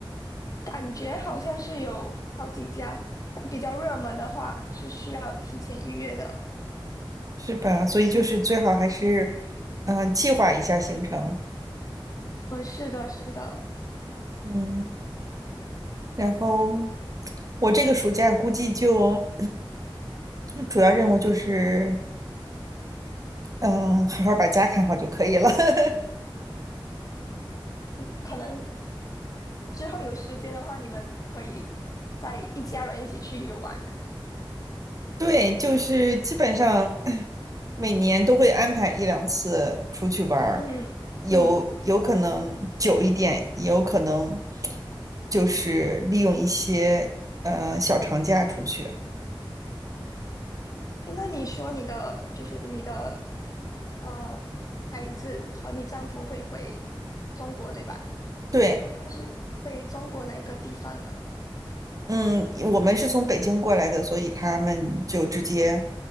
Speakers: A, on the left (about 40°); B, on the right (about 40°).
A: 感觉好像是有好几家，但比较热门的话是需要提前预约的。
B: 是吧？所以就是最好还是，
A: 嗯
B: 嗯、计划一下行程。
A: 嗯，是的，是的，
B: 嗯，然后我这个暑假估计就 <clears throat> 主要任务就是，嗯，好好把家看好就可以了。<laughs>
A: 嗯可能之后有时间的话，你们可以再一家人一起去游玩呢。
B: 对，就是基本上 <clears throat> 每年都会安排一两次出去玩儿，
A: 嗯嗯，
B: 有有可能久一点，也有可能就是利用一些呃小长假出去。
A: 诶那你说你的就是你的呃孩子和你丈夫会回中国对吧？
B: 对，
A: 那是回中国哪一个地方呢？
B: 嗯，我们是从北京过来的，所以他们就直接